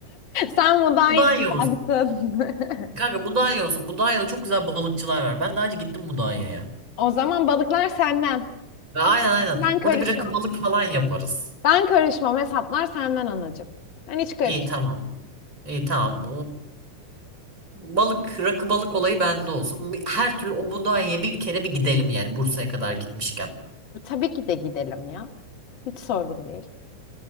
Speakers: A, on the left (about 45°); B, on the right (about 40°).
A: Sen Mudanya'yı
B: <laughs> Mudanya
A: taktın.
B: olsun. Kanka
A: <laughs>
B: Mudanya olsun. Mudanya'da çok güzel balıkçılar var. Ben daha önce gittim Mudanya'ya.
A: O zaman balıklar senden.
B: Ve Aynen aynen.
A: Ben karışmam.
B: Orada bir rakı balık falan yaparız.
A: Ben karışmam. Hesaplar senden anacığım. Ben hiç karışmam.
B: İyi tamam. İyi tamam. Balık, rakı balık olayı bende olsun. Bir- Her türlü o Mudanya'ya bir kere bir gidelim yani Bursa'ya kadar gitmişken.
A: Tabii ki de gidelim ya. Hiç sorun değil.